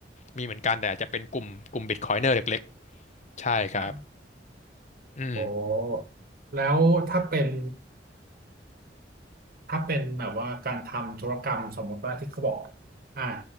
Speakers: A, on the left; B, on the right.
A: มีเหมือนกันแต่อาจจะเป็นกลุ่มกลุ่มบิตคอยเนอร์เล็กๆใช่ครับ
B: อ่า
A: อืม
B: โอ้แล้วถ้าเป็น ถ้าเป็นแบบว่าการทำธุรกรรมสมมติว่าที่เขาบอกอ่า